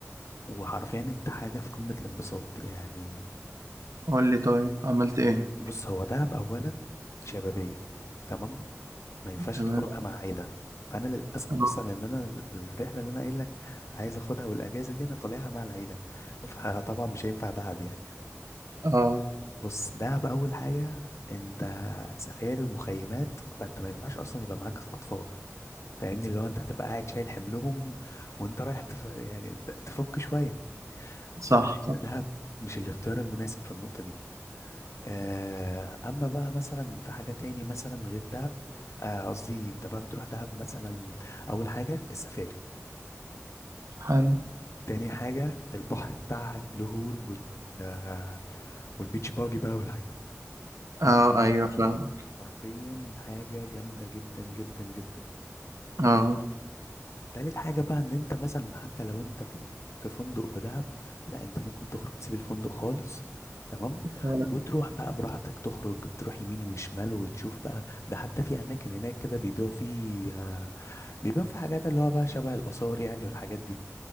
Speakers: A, on the left; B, on the right.
A: وحرفيا انت حاجة في قمة الانبساط يعني
B: قول لي طيب عملت إيه؟
A: بص هو دهب اولا شبابية تمام ما ينفعش
B: تمام
A: تخرجها مع عيلة فانا للاسف
B: أه
A: اصلا ان انا ال- الرحلة اللي انا قايل لك عايز اخدها والاجازة دي انا طالعها مع العيلة فطبعا مش هينفع دهب يعني
B: آه،
A: بص دهب اول حاجة انت سفاري ومخيمات فانت ما ينفعش اصلا يبقى معاك اطفال فاهمني اللي هو انت هتبقى قاعد شايل حملهم وانت رايح تف... يعني ت- تفك شوية
B: صح
A: هي
B: صح
A: دهب مش الاختيار المناسب في النقطة دي آه، اما بقى مثلا في حاجه تاني مثلا غير دهب آه، قصدي انت بقى بتروح دهب مثلا اول حاجه السفاري
B: حلو
A: تاني حاجه البحر بتاعها بلو هول وال آه، والبيتش باجي بقى والحاجات
B: أه
A: والحاجات
B: أيوه فاهم
A: حرفيا حاجه جامده جدا جدا جدا
B: أه
A: تالت حاجة بقى ان انت مثلا حتى لو انت في في فندق في دهب لا انت ممكن تخرج تسيب الفندق خالص تمام
B: تمام
A: وتروح بقى براحتك تخرج تروح يمين وشمال وتشوف بقى ده حتى في اماكن هناك كده بيبيعوا فيه آه، بيبيعوا فيه حاجات اللي هو بقى شبه الاثار يعني والحاجات دي